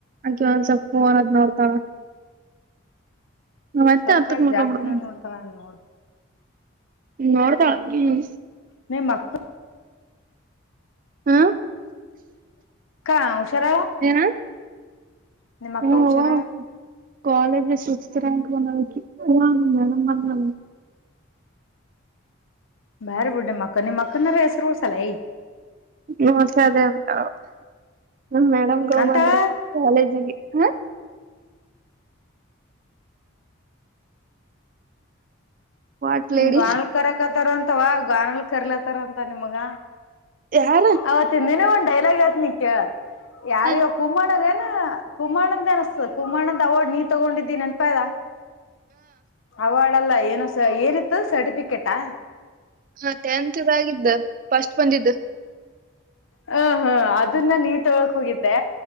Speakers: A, on the right; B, on the left.
A: ಅಕೆ ಒಂದ್ ಸ್ವಲ್ಪ ನ್ದ್ ನೋಡ್ತಾಳ ನಾ ಮತ್ತೆ
B: ಸ್ವಲ್ಪ
A: ಹತ್ತಕ್
B: ಎಗ
A: ಮಕ್ಕೊಂಡ್ಬಿಡ್ತಾನ
B: ಜಾಸ್ತಿನ ನೋಡ್ತಾರ ನೋಡ್
A: ನೋಡ್ತಾಳ ಹ್ಮ
B: ನ ಮಕ್ಕ
A: ಹಾ
B: ಕಾ ಹುಷಾರಾವ
A: ಏನ
B: ನಿಮ್ಮಕ್ಕ
A: ಹ್ಮ
B: ಹುಷಾರಳ
A: ಅವ್ವ ಕಾಲೇಜ್ ಸಿಕ್ಸ್ತ್ ರ್ಯಾಂಕ್ ಬಂದ ಹ ಮೇ ಬ
B: ಬೇರೆ ಬುಡ್ಡೆ ಮಕ್ಕನ್ ಈ ಮಕ್ಕನಾರ ಹೆಸರುಸಲ್ಲ ಯ
A: ಮ್ಮಸ ಅದೇ ಉಂತ ನ ಮೇಡಮ್ ಕ
B: ಅಂತಳ
A: ಬಂದ್ರ ಕಾಲೇಜಿಗೆ ಹಾ ವಾಟ್
B: ನಿಂಗ್
A: ಲೇಡಿ
B: ಗಾನಲ್ ಕರಕತರಂತ ಇತವಾ ಗಾನಲ್ ಕರ್ಲತಾರ ಅಂತ ನಿಮ್ಗ
A: ಯಾರ
B: ಅವತ್ತ ದಿನ ಉಂಟ ಡೈಲಗ ಹೇಳ್ತೀನಿ ಕೇಳು ಯಾರಿಗೆ
A: ಹ
B: ಕುಮಣ್ಣ ಏನು ಕುಮಾನಂದ ಅನಿಸತದೆ ಕುಮಾನಂದ್ ಅವಾರ್ಡ್ ನೀ ತಗೊಂಡಿದ್ದಿ ನೆನ್ಪ ಇದದ ಅವ ಲ್ಲ ಏನು ಏನಿತ್ತು ಸರ್ಟಿಫಿಕೇಟಾ
A: ಹಾ ಟೆಂತ್ ಇದಗಿದ್ದ ಫಸ್ಟ್ ಬಂದಿದ್ದ
B: ಹಾ ಹ್ಮ ಅದನ್ನ ನೀ ತೊಗಕ್ ಹೋಗಿದ್ದೆ